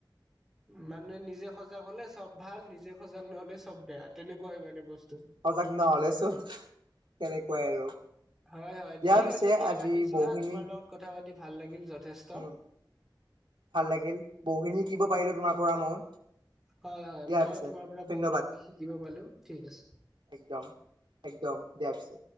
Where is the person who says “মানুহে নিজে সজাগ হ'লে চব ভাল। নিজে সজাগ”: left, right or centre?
Centre